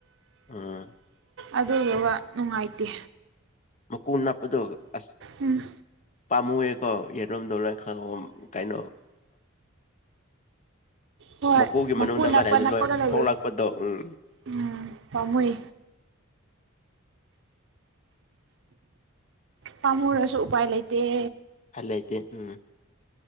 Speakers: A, on the left; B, on the right.
A: ꯑꯝ
B: ꯑꯗꯨꯗꯨꯒ ꯅꯨꯡꯉꯥꯏꯇꯦ
A: ꯃ ꯀ ꯎꯅꯄꯗ ꯑꯁ
B: ꯎꯝ
A: ꯄꯥꯃꯨꯑ ꯌꯦ ꯔꯨꯝꯗ ꯂ ꯀꯩꯅꯣ
B: ꯍꯣꯏ
A: ꯃꯀꯨꯒꯤ
B: ꯃꯀꯨ
A: ꯃꯅꯨꯡꯗ ꯑꯃ
B: ꯅꯞꯄ
A: ꯂꯩꯕꯗꯣ
B: ꯅꯞꯄꯒ
A: ꯂꯣꯏ
B: ꯂꯩꯔꯏ
A: ꯊꯣꯛꯂꯛꯄꯗꯣ ꯎꯝ
B: ꯎꯝ ꯎꯝ ꯐꯝꯃꯏ ꯄꯝꯨꯁꯨ ꯎꯥꯏ ꯂꯩꯇ ꯇ
A: ꯐꯂꯥꯏꯇ ꯎꯝ